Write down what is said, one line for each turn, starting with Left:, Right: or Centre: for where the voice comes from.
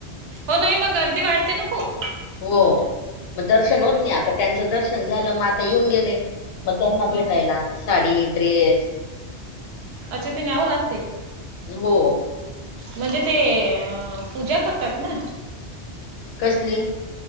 Right: हो नाही मग गर्दी वाढते ना खूप
Left: हो मग दर्शन
Right: हम्म.
Left: होत नाही आता त्यांचं दर्शन झालं मग आता येऊन गेले म त्यांना
Right: हा
Left: भेटायला साडी ड्रेस
Right: अच्छे ते न्यावं लागते
Left: हो
Right: म्हणजे ते पूजा करतात ना
Left: कसली